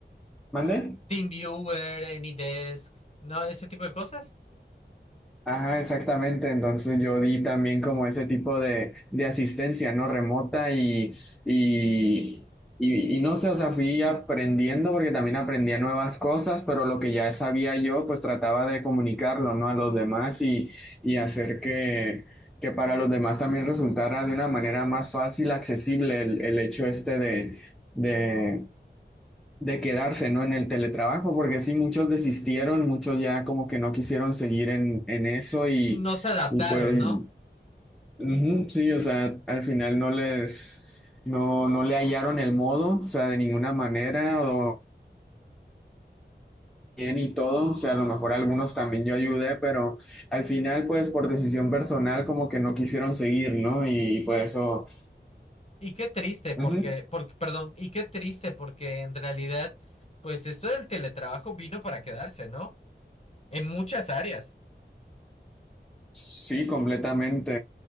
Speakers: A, in the centre; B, on the left.
A: ¿mande?
B: TeamViewer, AnyDesk, ¿no? Ese tipo de cosas.
A: Ajá, exactamente. Entonces yo di también como ese tipo de, de asistencia, ¿no? Remota y, y, y, y no sé, o sea, fui aprendiendo porque también aprendía nuevas cosas, pero lo que ya sabía yo, pues trataba de comunicarlo, ¿no? A los demás y, y hacer que, que para los demás también resultara de una manera más fácil, accesible el, el hecho este de, de, de quedarse, ¿no? En el teletrabajo, porque sí, muchos desistieron, muchos ya como que no quisieron seguir en, en eso y,
B: No se adaptaron,
A: y pues,
B: ¿no?
A: ujú, sí, o sea, al final no les, no, no le hallaron el modo, o sea, de ninguna manera, o bien y todo, o sea, a lo mejor algunos también yo ayudé, pero al final, pues, por decisión personal, como que no quisieron seguir, ¿no? Y,
B: No,
A: pues eso,
B: Y qué triste porque,
A: ujú,
B: porque, perdón, y qué triste porque en realidad, pues esto del teletrabajo vino para quedarse, ¿no? En muchas áreas.
A: Sí, completamente.